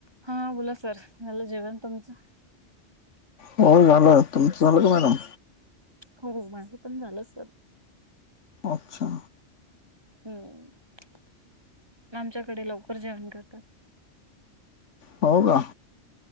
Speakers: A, on the right; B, on the left.
A: हा बोला सर झालं जेवण तुमचं
B: हो झालं तुमचं झालं का मॅडम
A: हो माझं पण झालंच
B: अच्छा
A: हम्म आमच्याकडे लवकर जेवण करतात
B: हो का